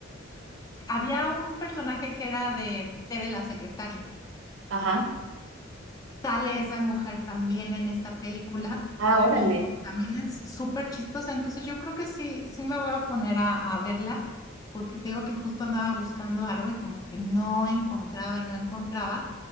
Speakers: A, on the left; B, on the right.
A: Había un personaje que era de Tere la secretaria.
B: ajá.
A: sale esa mujer también en esta película
B: Ah, órale.
A: y pues también es súper chistosa. Entonces yo creo que sí, sí me voy a poner a, a verla porque te digo que justo andaba buscando algo y como que no encontraba y no encontraba.